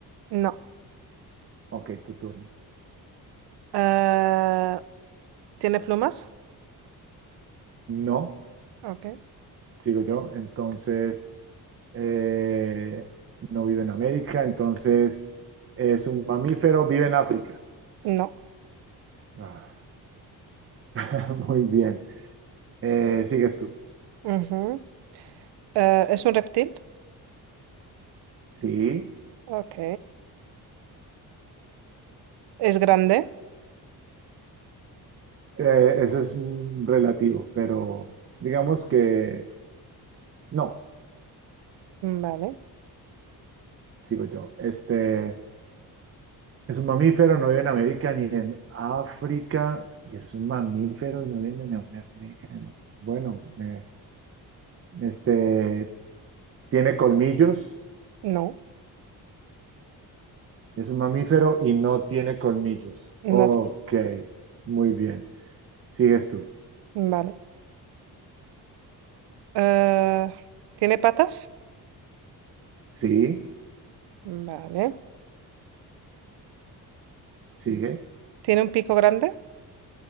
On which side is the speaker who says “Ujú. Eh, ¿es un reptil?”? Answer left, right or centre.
Right